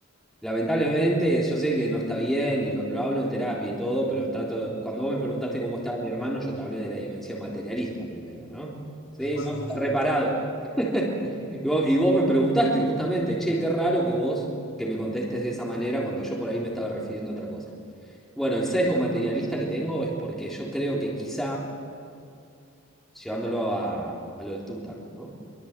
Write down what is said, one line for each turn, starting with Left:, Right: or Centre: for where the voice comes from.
Centre: Lamentablemente, yo sé que no está bien y lo, lo hablo en terapia y todo, pero trato. Cuando vos me preguntaste cómo estaba mi hermano, yo te hablé de la dimensión materialista primero, ¿no? Sí,
Left: tal cual,
Centre: no,
Left: boludo.
Centre: está reparado. <laughs> Y vos, y vos me preguntaste justamente, che, qué raro que vos que me contestes de esa manera cuando yo por ahí me estaba refiriendo a otra cosa. Bueno, el sesgo materialista que tengo es porque yo creo que quizá llevándolo a, a lo del tuta, ¿no?